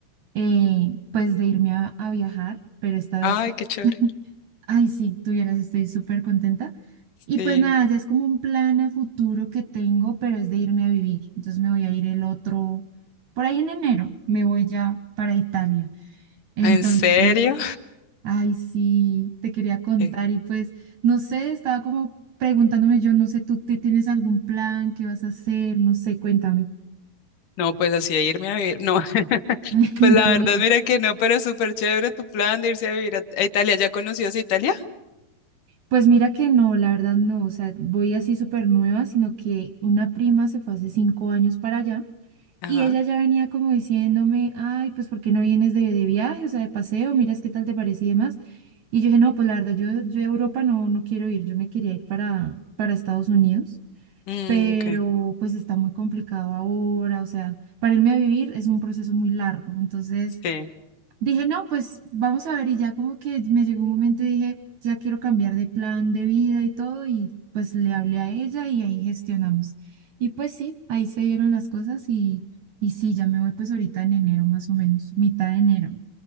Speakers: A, on the right; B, on the left.
A: eh, pues de irme a, a viajar, pero esta
B: Ay,
A: vez,
B: qué chévere.
A: <laughs> ay, sí, tuvieras, estoy súper contenta. Y
B: Sí.
A: pues nada, ya es como un plan a futuro que tengo, pero es de irme a vivir. Entonces me voy a ir el otro, por ahí en enero, me voy ya para Italia. Entonces,
B: ¿En serio?
A: <laughs> ay, sí, te quería
B: <laughs>
A: contar
B: ¿Qué?
A: y pues, no sé, estaba como preguntándome, yo no sé, ¿tú te tienes algún plan? ¿Qué vas a hacer? No sé, cuéntame.
B: No, pues así de irme a vivir. No, <laughs>
A: <laughs>
B: pues la
A: Ya muy
B: verdad, mira que no, pero súper chévere tu plan de irse a vivir a, a Italia. ¿Ya conocías Italia?
A: Pues mira que no, la verdad no, o sea, voy así súper nueva, sino que una prima se fue hace cinco años para allá
B: Ajá.
A: y ella ya venía como diciéndome, ay, pues ¿por qué no vienes de, de viaje, o sea, de paseo, miras qué tal te parece y demás? Y yo dije, no, pues la verdad, yo, yo a Europa no, no quiero ir, yo me quería ir para, para Estados Unidos,
B: Mm,
A: pero
B: ok.
A: pues está muy complicado ahora, o sea, para irme a vivir es un proceso muy largo, entonces...
B: Sí.
A: Dije, no, pues vamos a ver y ya como que me llegó un momento y dije, ya quiero cambiar de plan de vida y todo y pues le hablé a ella y ahí gestionamos. Y pues sí, ahí se dieron las cosas y, y sí, ya me voy pues ahorita en enero más o menos, mitad de enero.